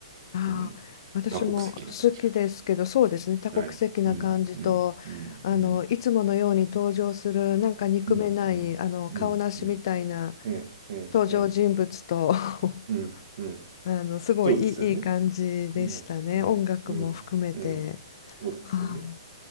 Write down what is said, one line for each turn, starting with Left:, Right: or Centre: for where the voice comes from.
Left: ああ、
Right: うん。
Left: 私も好きですけど、
Right: 多国籍な感じが。
Left: そうですね、多国籍な感じと、
Right: はい。うん。うん。うん。
Left: あの、
Right: うん。
Left: いつものように登場する、なんか憎めない、
Right: うん。うん。
Left: あの、
Right: うん。
Left: 顔なしみたいな
Right: うん。うん。うん。
Left: 登場人物と
Right: うん。
Left: <laughs>
Right: うん。うん
Left: あの、すごいいい、
Right: そうですよね。
Left: いい感じでしたね。
Right: うん。うん。
Left: 音楽も含めて。
Right: うん。うん。そうですよね。
Left: あ